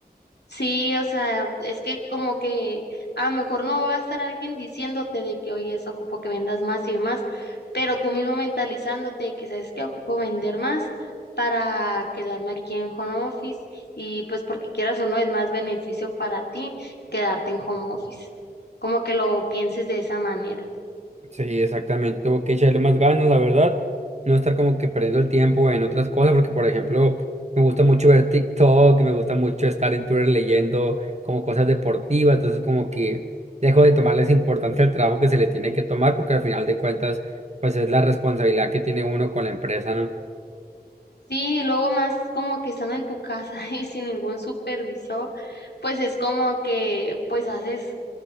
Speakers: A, on the left; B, on the right.
A: Sí, o sea, es que como que a lo mejor no va a estar alguien diciéndote de que, oye, eso ocupo que vendas más y demás, pero tú mismo mentalizándote de que sabes que ocupo vender más para quedarme aquí en home office y pues porque quieras o no es más beneficio para ti quedarte en home office. Como que lo pienses de esa manera.
B: Sí, exactamente. Tengo que echarle más ganas, la verdad. No estar como que perdiendo el tiempo en otras cosas, porque por ejemplo, me gusta mucho ver TikTok, me gusta mucho estar en Twitter leyendo como cosas deportivas, entonces como que dejo de tomarles importancia al trabajo que se le tiene que tomar, porque al final de cuentas, pues es la responsabilidad que tiene uno con la empresa, ¿no?
A: Sí, y luego más como que estando en tu casa <laughs> y sin ningún supervisor, pues es como que pues haces